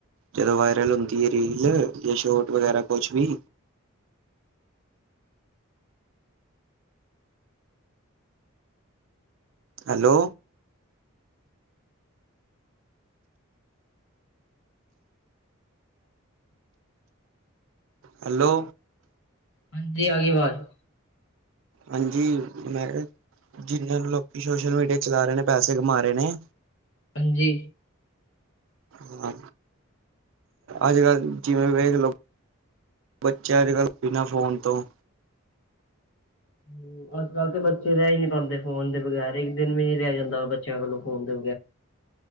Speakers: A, on the right; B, on the left.
A: ਜਦੋਂ ਵਾਇਰਲ ਹੁੰਦੀ ਏ ਰੀਲ ਜ ਸ਼ੋਟ ਵਗੈਰਾ ਕੁਛ ਵੀ। ਹੈਲੋ ਹੈਲੋ
B: ਹਾਂਜੀ ਆਗੀ ਅਵਾਜ
A: ਹਾਂਜੀ ਮੈਂ ਕ ਜਿਹਨ੍ਹਾਂ ਲੋਕੀ ਸੋਸ਼ਲ ਮੀਡੀਆ ਚਲਾ ਰੇ ਨੇ ਪੈਸੇ ਕਮਾ ਰੇ ਨੇ।
B: ਹਾਂਜੀ
A: ਹਾਂ, ਅੱਜ ਕੱਲ ਜਿਵੇਂ ਵੇਖ ਲੋ ਬੱਚਾ ਅੱਜ ਕੱਲ੍ਹ ਬਿਨਾਂ ਫੋਨ ਤੋਂ
B: ਹੂੰ ਅੱਜ ਕੱਲ ਤੇ ਬੱਚੇ ਰਹਿ ਈ ਨੀ ਪਾਂਦੇ ਫੋਨ ਦੇ ਬਗੈਰ ਇੱਕ ਦਿਨ ਵੀ ਨੀ ਰਹਿ ਜਾਂਦਾ ਬੱਚਿਆਂ ਕੋਲੋਂ ਫੋਨ ਦੇ